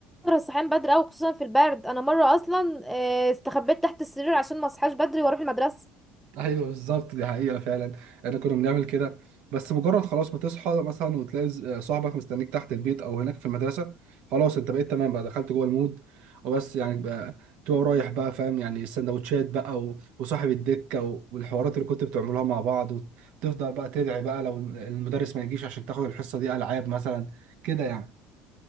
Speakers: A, in the centre; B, on the right.
A: الصحيان بدري اوي خصوصا في البرد انا مرة اصلا أه استخبيت تحت السرير عشان ما اصحاش بدري واروح المدرسة
B: ايوه بالظبط دي حقيقة فعلا احنا كنا بنعمل كده بس مجرد خلاص ما تصحى مثلا وتلاقي ز- صاحبك مستنيك تحت البيت او هناك في المدرسة خلاص انت بقيت تمام بقى دخلت جوه المود وبس يعني بقى تبقى رايح بقى فاهم يعني السندوتشات بقى و- وصاحب الدكة و- والحوارات اللي كنت بتعملوها مع بعض وتفضل بقى تدعي بقى لو المدرس ما يجيش عشان تاخد الحصة دي ألعاب مثلا كده يعني